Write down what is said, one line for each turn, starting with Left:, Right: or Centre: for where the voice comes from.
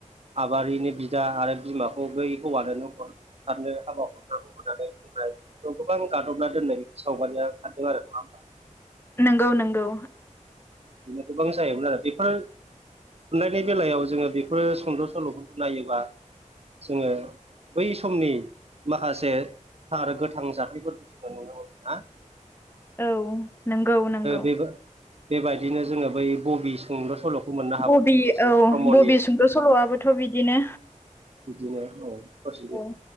Right: आबारिनि बिदा आरो बिमाखौ बै हौवानो हरथारनो हाबा हरथारनांगौ हो नानै गोबां गादबना दोननाय सावगारिया ओंखारदों आरो। नङा होमबा?
Left: नंगौ नंगौ।
Right: गोबां जायोमोन आरो बेफोर बेलायाव जोङो बेफोरो सुंद' सल'फोरखौ नायोबा जोङो बै समनि माखासे थार गोथां जाथायफोरखौ जोङो नुनो मोनो ना।
Left: औ नंगौ नंगौ।
Right: बे बेबायदिनो जोङो बै बबि सुंद' सल' मोननो हाबावो
Left: बबि
Right: प्रसेनजित
Left: औ
Right: ब्रह्मनि
Left: बबि सुंद' सल'आबोथ' बिदिनो
Right: बिदिनो औ प्रसेनजित
Left: ओं